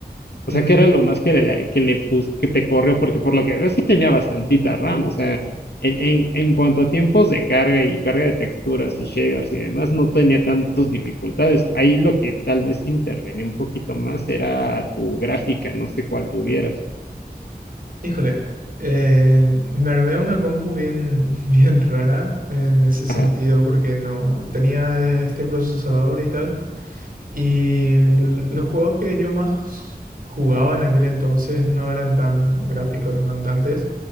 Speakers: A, on the left; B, on the right.
A: O
B: Mm,
A: sea, que era lo más que le, que le pus- que te corrió, porque por lo que veo sí tenía bastantita RAM. O sea, en, en, en cuanto a tiempos de carga y carga de texturas y shaders y demás, no tenía tantas dificultades. Ahí lo que tal vez intervenía un poquito más era tu gráfica, no sé cuál tuvieras.
B: Híjole, eh, me armé una compu bien, <laughs> bien rara en ese sentido
A: Ajá,
B: porque no tenía este procesador y tal. Y l- los juegos que yo más jugaba en aquel entonces no eran tan gráficos demandantes